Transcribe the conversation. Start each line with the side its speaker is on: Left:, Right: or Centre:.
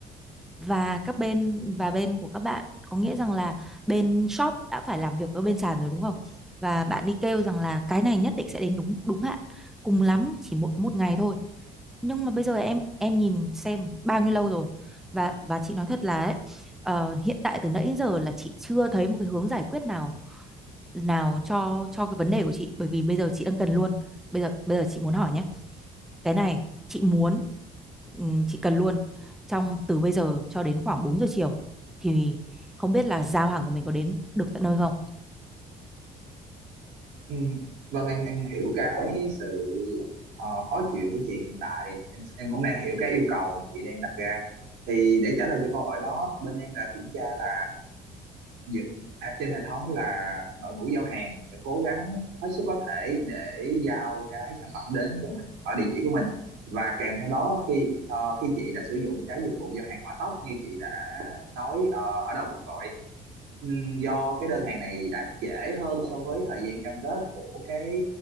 Centre: và các bên và bên của các bạn có nghĩa rằng là bên shop đã phải làm việc với bên sàn rồi đúng không và bạn đi kêu rằng là cái này nhất định sẽ đến đúng đúng hạn cùng lắm chỉ một một ngày thôi nhưng mà bây giờ em em nhìn xem bao nhiêu lâu rồi và và chị nói thật là ấy, ờ, hiện tại từ nãy đến giờ là chị chưa thấy một cái hướng giải quyết nào nào cho cho cái vấn đề của chị bởi vì bây giờ chị đang cần luôn bây giờ bây giờ chị muốn hỏi nhé cái này chị muốn ừm, chị cần luôn trong từ bây giờ cho đến khoảng bốn giờ chiều thì không biết là giao hàng của mình có đến được tận nơi không
Right: ừm, vâng em em hiểu cái sự ờ, khó chịu của chị hiện tại. Em em cũng đang hiểu cái yêu cầu mà chị đang đặt ra. Thì để trả lời cho câu hỏi đó, bên em đã kiểm tra là dự, à, trên hệ thống là đội ngũ giao hàng sẽ cố gắng hết sức có thể để giao cái sản phẩm đến cho mình ở địa chỉ của mình và kèm theo đó khi ờ, khi chị đã sử dụng cái dịch vụ giao hàng hỏa tốc như chị đã nói ờ, ở đầu cuộc gọi ừm, do cái đơn hàng này đã trễ hơn so với thời gian cam kết của cái